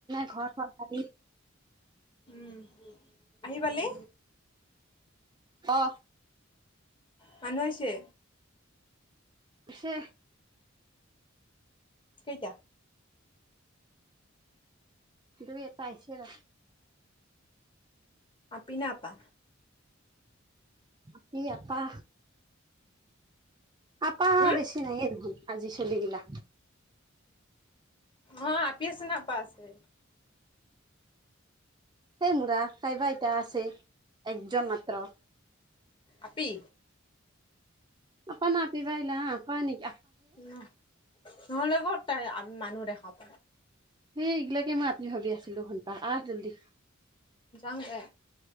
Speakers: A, on the right (about 20°); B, on the left (about 25°).
A: ঘৰ চ হাৰি।
B: উম আহিপালি?
A: অ।
B: মানু্হ আহিছে।
A: হে।
B: কেইটা।
A: দু এটাইছে ন।
B: আপিনা আপা।
A: আপি আপা। আপা
B: হুম
A: বেছি নাইয়ে নখোন আজি চলি গিলা।
B: অ আপি আছ ন আপা আছে।
A: সেই মূৰা কাইবা আতা আছে। একজন মাত্ৰ।
B: আপি
A: আ প ন পিবাইলা প নক।
B: ন নহ'লে ক'ত তাই মানুহ দেখা প।
A: সেই এইগিলাকে মই আত্নি ভাবি আছিলো ঘনটা আহ জল্দি।
B: জামদে।